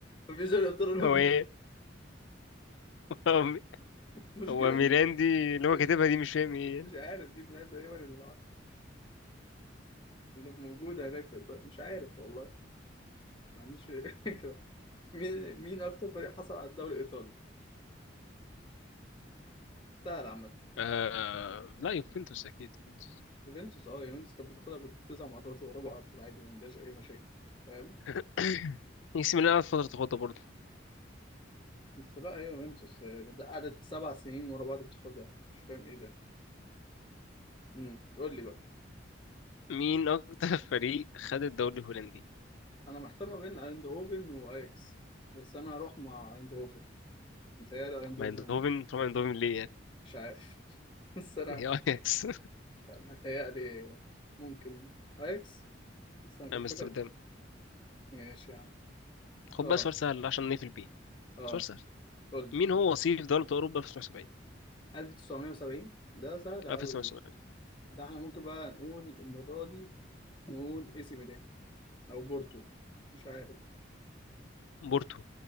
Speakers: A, on the left; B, on the left.
A: مفيش دوري ابطال اوروبا
B: هو ايه هو
A: مشكلة
B: هو ميلان
A: إن-
B: دي اللي هو
A: مش
B: كاتبها دي مش فاهم ايه
A: مش
B: يعني
A: عارف دي من تقريبا اللي اللي موجودة هناك في إيطاليا مش عارف والله ما عنديش <laughs> فكرة مين مين أكتر فريق حصل على الدوري الإيطالي؟ سهل عامة
B: آه... لا يوفنتوس اكيد يوفنتوس
A: يوفنتوس أه يوفنتوس كانت بتاخدها بالتسع مرات ورا بعض عادي ما عندهاش أي مشاكل فاهم؟
B: <clears throat> <coughs> اي سي ميلان قعدت فترة تاخدها برضه
A: بس لا هي يوفنتوس هي كانت قعدت سبع سنين ورا بعض بتاخدها مش فاهم إيه ده امم قول لي بقى
B: مين أكتر <laughs> فريق خد الدوري الهولندي؟
A: أنا محتار ما بين أيندهوفن وأياكس بس أنا هروح مع أيندهوفن متهيألي
B: طبعا
A: أيندهوفن
B: اندوفن طبعا اندوفن ليه يعني؟
A: مش عارف <laughs> بس أنا
B: هي اياكس
A: متهيألي ممكن أياكس بس أنا كنت
B: <laughs> امستردام
A: فاكر ماشي يا عم
B: خد
A: أه
B: بقى سؤال سهل عشان نقفل بيه
A: أه
B: سؤال سهل
A: قول لي
B: مين هو وصيف دولة أوروبا في 1970
A: 1970 ده سهل أوي
B: أو في 1970
A: دي ده إحنا ممكن بقى نقول المرة دي نقول إي سي ميلان أو بورتو مش عارف
B: بورتو